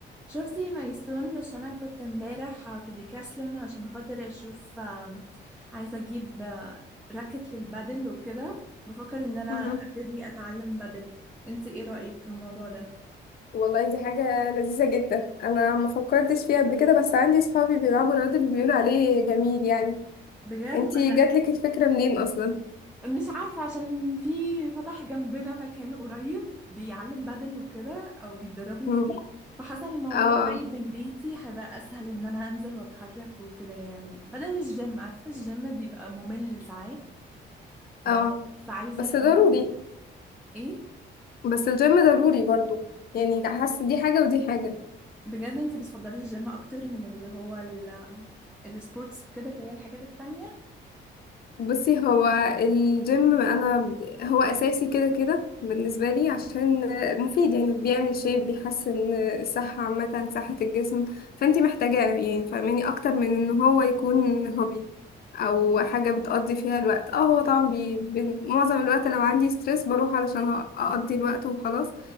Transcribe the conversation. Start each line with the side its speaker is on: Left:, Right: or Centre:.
Centre: شفتي ميسون مش انا كنت امبارح في ديكاسلون عشان خاطر اشوف آه، عايزه اجيب آه، راكت للبادل وكده بفكر ان انا
Left: مهم.
Centre: ابتدي اتعلم بادل انتي ايه رأيك في الموضوع ده
Left: والله دي حاجة لذيذة جدا أنا ما فكرتش فيها قبل كده بس عندي صحابي بيلعبوا رياضة بيقولوا عليه جميل يعني
Centre: بجد
Left: انتي
Centre: ولا
Left: جاتلك الفكرة منين أصلا؟
Centre: مش عارفه عشان في فتح جنبنا مكان قريب بيعلم بادل وكده او بيتدربوا
Left: مم.
Centre: فيه فحسن الموضوع
Left: اه
Centre: قريب من بيتي هيبقى اسهل ان انا انزل واتحرك وكده يعني بدل الجيم عارفه الجيم بيبقى ممل ساعات بس
Left: اه
Centre: فعايزه
Left: بس
Centre: اللي
Left: ضروري
Centre: هو ايه
Left: بس الجيم ضروري برضو يعني ده حاسة دي حاجة ودي حاجة
Centre: بجد انت بتفضلي الجيم اكتر من اللي هو ال- السبورتس كده اللي هي الحاجات التانية
Left: بصي هو الجيم انا هو اساسي كده كده بالنسبه لي عشان مفيد يعني بيعمل شيب بيحسن الصحه عامه صحه الجسم فانتي محتاجاه يعني فاهماني اكتر من ان هو يكون هوبي او
Centre: دي حقيقة.
Left: حاجه بتقضي فيها الوقت اه هو طبعا بي... بي- معظم الوقت لو عندي ستريس بروح علشان اقضي الوقت وخلاص